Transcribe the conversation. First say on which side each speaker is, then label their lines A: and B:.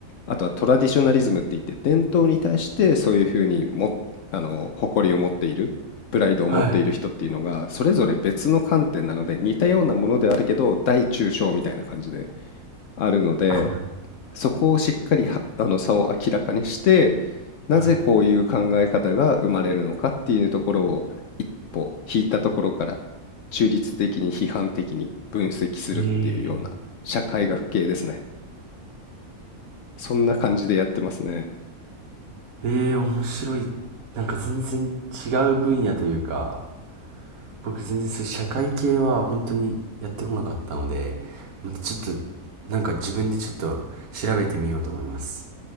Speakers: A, on the left; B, on the right.
A: あとはトラディショナリズムって言って伝統に対してそういうふうにも、あの、誇りを持っている、プライドを持っている人っていうのが、
B: あ、はい。
A: それぞれ別の観点なので似たようなものであるけど、大中小みたいな感じであるので、
B: あ、
A: そこをしっかりはあの差を明らかにして、なぜこういう考え方が生まれるのかっていうところを一歩引いたところから
B: は
A: 中立的に批判的に分析するっていうような社会学系ですね。
B: い。ええ、
A: そんな感じでやってますね。
B: ええ、面白い。なんか全然違う分野というか、僕全然そういう社会系は本当にやってこなかったので、またちょっと、なんか自分でちょっと調べてみようと思います。